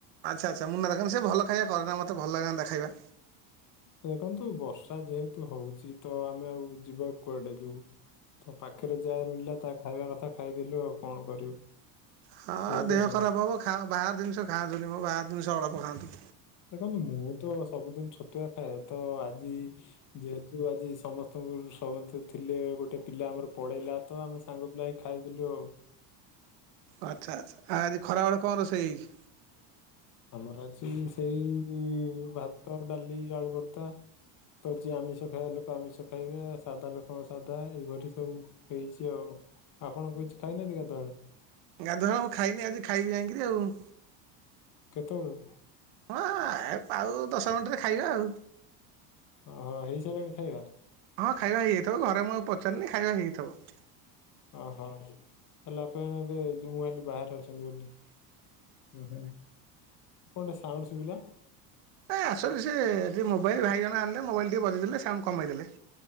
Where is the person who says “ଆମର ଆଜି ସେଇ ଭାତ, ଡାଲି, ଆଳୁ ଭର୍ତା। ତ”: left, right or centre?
Left